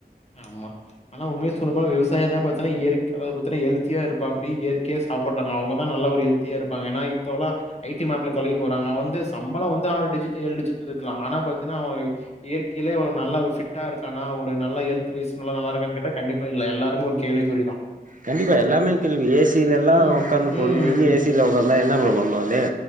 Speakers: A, on the left; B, on the right.
A: ஆமா, ஆனா உண்மைய சொல்லப்போனா விவசாயந்தா பாத்தன்னா இயற் அதாது பத்தின ஹெல்தியா இருப் இப்ப அப்டி இயற்கையா சாப்ட்றாங்க. அவங்க தா நல்ல ஒரு ஹெல்த் த்தியா இருப்பாங்க. ஏன்னா தோழா ஐ டி மாப்பிள கழிவ் போறாங்க. வந்து சம்பளம் வந்து ஆறு டிஜிட், ஏழு டிஜிட் இருக்கலாம். ஆனா பாத்தினா இயற்கையில அவெ ஒரு நல்லா ஃபிட்டா இருக்கானா? இப்ப நல்ல ஹெல்த்வைஸ் நல்லா இருக்கானா கேட்டா கண்டிப்பா இல்ல. எல்லாருமே ஒரு கேள்விக்குறிதா.
B: கண்டிப்பா எல்லாமே கேள்விக்குறி. ஏ சிலல்லா
A: ம்,
B: உக்காந்து பொழுதிக்கு
A: ம்.
B: ஏ சியில உக்காந்து என்ன என்னா ப்ரோ பண்னுனே